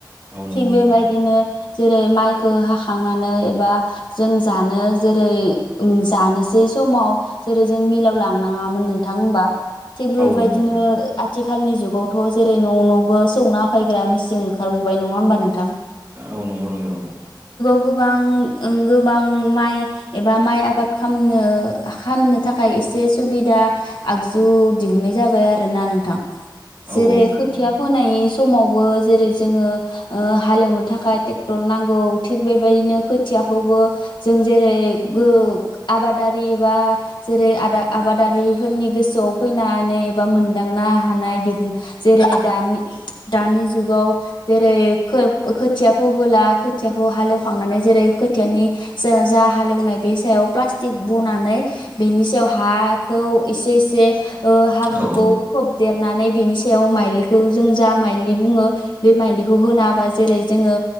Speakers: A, on the right (about 25°); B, on the left (about 75°).
A: औ नंगौ
B: थिग
A: नंगौ
B: बेबायदिनो।
A: औ
B: जेरै माइखो हाखांनानै एबा जों जानो जेरै उम जानोसै स समाव जेरै जों मिलाव लांनाङामोन नोंथां हबा। थिग
A: औ
B: बे बेबायदिनो
A: औ नंगौ नंगौ
B: आथिखालनि जुगावथ' जेरै न' न'बो सौना फायग्रा मिचिं खारबावबाय नङा होमबा नोंथां।
A: औ नोंगौ नोंगौ।
B: गोबा ओंं गोबां माइ एबा माइ आबादनो खालामनो खामनो थाखाय ए से सुबिदा आगजु दिहुननाय जाबाय आरोना नोंथां।
A: औ
B: जेरै
A: औ नंगौ
B: खोथिया
A: नंगौ औ
B: फोनायनि समावबो जेरै ज जोङो ओ हालेवनो थाखाय टेक्टर नांगौ थिग बेबायदिनो खोथियाखौबो जो जेरै गो आबादारि एबा जेरै आदा आबादारिफोरनि गोसोआव फैनानै एबा मोनदांनो हानाय दिहुन जेरै दानि दानिजुगाव। जेरै खोब खोथिया फोबोला खोथियाखौ हालेवखांनानै जेरै खोथियानि जो जा हालेवनाय बे सायाव प्लास्टिक बनानै बेनि सायाव हाखौ एसे एसे। ओ हाब्रुखौ
A: औ औ
B: खोबदेरनानै बेनि सायाव माइलिखौ जों जा माइलि बुङो। बे माइलिखौ होनााबा जेरै जोङो